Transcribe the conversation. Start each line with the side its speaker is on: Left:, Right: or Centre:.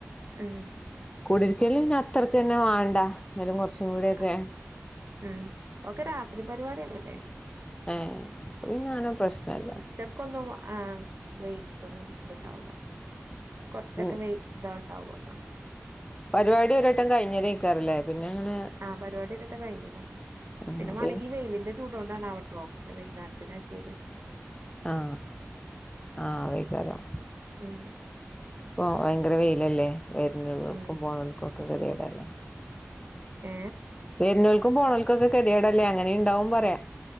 Right: ഉം
Left: കുടിര്ക്കൽന് പിന്നെ അത്രക്കെന്നെ വാണ്ട ന്നാലും കൊറച്ചും കൂടിയൊക്കെ
Right: ആ ഉം ഓക്കെ രാത്രി പരിവാടിന്നെല്ലയ്നോ
Left: ഏ അപ്പൊ പിന്നെ അങ്ങനെ പ്രശ്നല്ല
Right: ഉച്ചക്കൊന്നും ആ വെയിൽത്തൊന്നും ത്ണ്ടാവ് ല കൊർച്ചൊക്കെ
Left: ഉം
Right: വെയ് താണ്ടാവുല്ലോ.
Left: പരിവാടി ഒരട്ടം കഴിഞ്ഞതെയ്ക്കാരം ല്ലേ പിന്നെ എങ്ങനെ
Right: ആ പരിവാടി ഒരട്ടം കഴിഞ്ഞതാണ്.
Left: ആഹ്
Right: പിന്നെ മാണെങ്കി
Left: പി
Right: വെയ്ലിന്റെ ചൂടോ ണ്ടാണാവട്ടോ വൈന്നാര്ത്ത്നാക്കിയത്.
Left: ആ ആ അതയ്ക്കാരം.
Right: ഉം
Left: ഇപ്പൊ ഭയങ്കര വെയിലല്ലേ വരുന്നോൽക്കും
Right: ഉം
Left: പോണോൽക്കും ഒക്കെ കെതിയടല്ലേ.
Right: ഏ
Left: വെര്നോൽക്കും പോണൽക്കൊക്കെ കെതിയടല്ലേ അങ്ങനിം ണ്ടാവും പറിയാ.